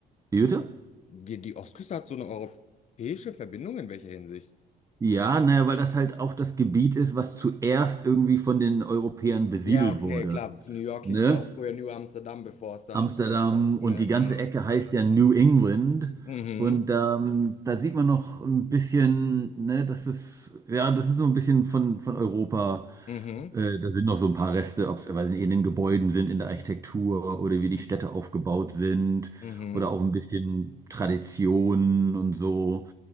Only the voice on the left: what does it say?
Die, die Ostküste hat so eine europäische Verbindung in welcher Hinsicht?
Ja, okay,
klar. New York
hieß ja auch früher New Amsterdam, bevor es dann
so. Ja,
genau.
Mhm,
mhm,
mhm,
mhm,